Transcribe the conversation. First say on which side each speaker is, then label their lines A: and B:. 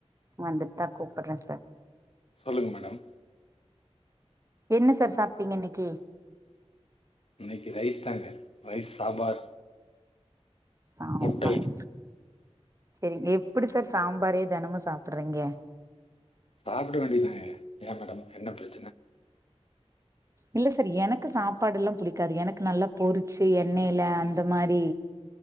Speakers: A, on the right (about 30°); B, on the left (about 60°).
A: வந்துட்டு தான் கூப்பிடுறேன் சார்
B: சொல்லுங்க மேடம்
A: என்ன சார் சாப்பிட்டீங்க இன்னிக்கு
B: இன்னிக்கு ரைஸ் தாங்க ரைஸ் சாம்பார்
A: சாம்பார்
B: முட்டை
A: சரிங்க எப்படி சார் சாம்பாரே தினமும் சாப்பிடுறீங்க
B: சாப்பிட வேண்டியதுதாங்க ஏன் மேடம் என்ன பிரச்சனை
A: இல்ல சார் எனக்கு சாப்பாடு எல்லாம் புடிக்காது எனக்கு நல்லா பொறிச்சு எண்ணெயில அந்த மாதிரி